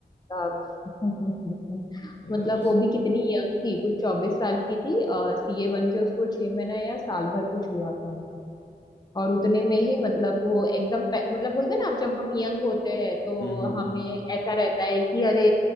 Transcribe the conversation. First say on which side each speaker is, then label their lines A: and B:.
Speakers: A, on the left; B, on the left.
A: साहब <laughs>
B: यार
A: मतलब वो भी कितनी यंग थी कुछ चौबीस साल की थी सीए बन के उसको छह महीना या साल भर कुछ हुआ था और उतने में ही मतलब वो एकदम पे- मतलब बोलते हैं ना आप जब हम यंग होते हैं तो
B: हम्म हम्म, हम्म।
A: हमें ऐसा रहता है कि अरे